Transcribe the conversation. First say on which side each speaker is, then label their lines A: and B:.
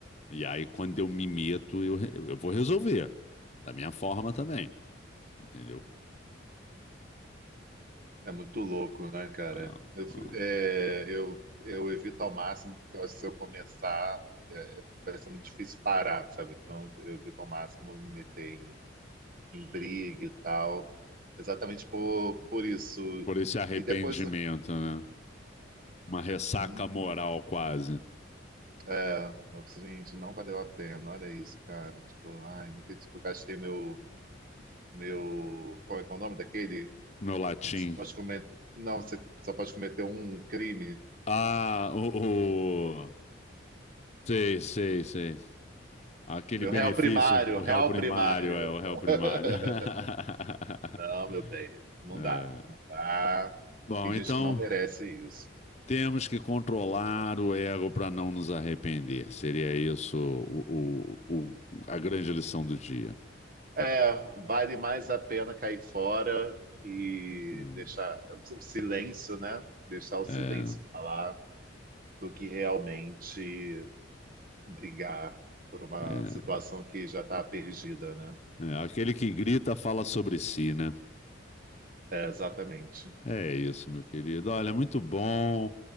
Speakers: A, on the left (about 35°); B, on the right (about 45°).
A: E aí, quando eu me meto, eu, re- eu vou resolver. Da minha forma também, entendeu?
B: É muito louco, né, cara?
A: Ah,
B: Eu, fi-
A: ah.
B: é, eu, eu evito ao máximo, porque eu acho que se eu começar, é, vai ser muito difícil parar, sabe? Então, eu evito ao máximo me meter em, em briga e tal, exatamente por, por isso.
A: Por esse arrependimento,
B: E depois, é,
A: né? Uma ressaca
B: é preciso, hum,
A: moral quase.
B: é, é preciso, gente, não valeu a pena, olha isso, cara. Tipo, ai, não acredito que eu gastei meu, meu, qual é qual é o nome daquele?
A: Meu latim.
B: Acho pode eu Não, você só pode cometer um crime
A: Ah, o, o... Sei, sei, sei. Aquele
B: Meu
A: benefício,
B: réu primário,
A: o
B: réu
A: réu primário,
B: primário.
A: é o réu
B: <laughs>
A: primário. <laughs>
B: Não, meu bem, não
A: É.
B: dá, não dá.
A: Bom,
B: Tem gente
A: então
B: que não merece isso.
A: temos que controlar o ego para não nos arrepender. Seria isso o, o- o- a grande lição do dia.
B: É, vale mais a pena cair fora e
A: Hum.
B: deixar o silêncio, né? Deixar o silêncio
A: É,
B: falar do que realmente brigar por uma
A: é,
B: situação que já está perdida, né?
A: é. Aquele que grita fala sobre si, né?
B: É, exatamente.
A: É isso, meu querido. Olha, muito bom,